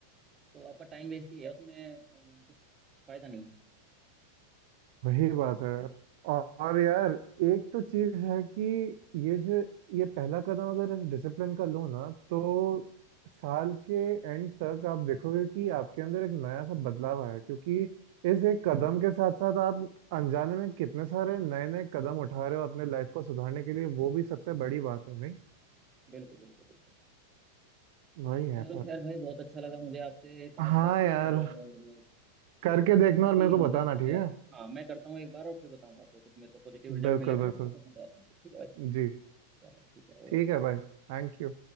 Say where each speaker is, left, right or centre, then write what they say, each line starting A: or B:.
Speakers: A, on the right; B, on the right.
A: तो आपका टाइम वेस्ट ही है उसमें अ, कुछ फायदा नहीं है
B: वही बात है यार और, और यार एक तो चीज है कि ये जो ये पहला कदम अगर इस डिसिप्लिन का लो ना तो साल के एंड तक आप देखोगे कि आपके अंदर एक नया सा बदलाव आया है, क्योंकि इस एक कदम के साथ साथ आप अनजाने में कितने सारे नए नए कदम उठा रहे हो अपने लाइफ को सुधारने के लिए वो भी सबसे बड़ी बात है नहीं
A: बिल्कुल बिल्कुल बिल्कुल
B: वही है
A: चलो खैर भाई बहुत अच्छा लगा मुझे आपसे बात
B: हाँ
A: करके
B: यार
A: और
B: करके देखना
A: काफी
B: और मेरे को बताना
A: मदद की
B: ठीक
A: आपने
B: है
A: हाँ मैं करता हूँ एक बार और फिर बताऊंगा आपको कुछ मेरे को पॉजिटिव रिजल्ट
B: बिल्कुल
A: मिलेगा ना
B: बिल्कुल
A: इसका तो मैं बताता हूँ ठीक है भाई
B: जी
A: चलो ठीक है
B: ठीक
A: ओके
B: है भाई Thank you